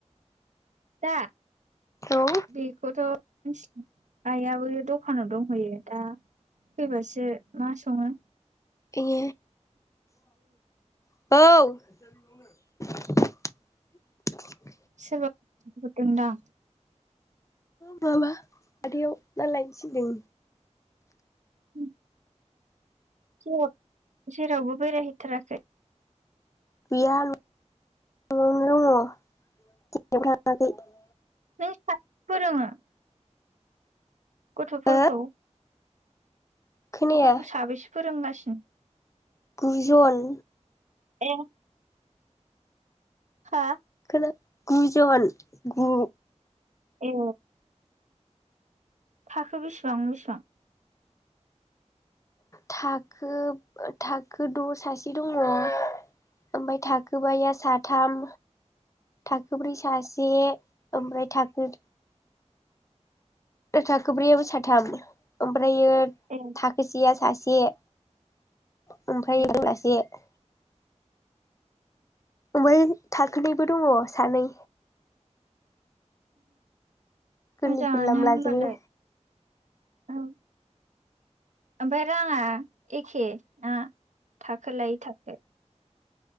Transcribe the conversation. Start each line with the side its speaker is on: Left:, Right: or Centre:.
Right: दा
Left: औ
Right: बेखौथ' मिथिआ आइयाबो दखानाव दंहैयो दा फैबासो मा संङो
Left: ए औ
Right: सोरबा फैदों दां
Left: बाबा <unintelligible> सिलिं
Right: उम। फुंआव जेरावबो बेरायहैथाराखै?
Left: गैया न'आवनो दङ'। <unintelligible>
Right: नों साबेसे फोरोङो? गथ'फोरखौ
Left: ओ खोनाया
Right: गथ'फोरखौ साबेसे फोरोंगासिनो?
Left: गु जन
Right: ए हा
Left: खोना गु जन गु
Right: ए थाखो बेसेबां बेसेबां
Left: थाखो थाखो द सासे दङ ओमफ्राय थाखोबाया साथाम थाखोब्रै सासे ओमफ्राय थाखो थाखो ब्रैआव साथाम ओमफ्रायो
Right: ए
Left: थाखोसेया सा से ओमफाय
Right: ए
Left: <unintelligible> ओमफाय थाखोनैबो दङ सानै गोरलै
Right: मोजांआनो
Left: गोरलाम लाजोबो
Right: होमबालाय औ। ओमफ्राय राङा एखे ना था खो खोलाय थाखो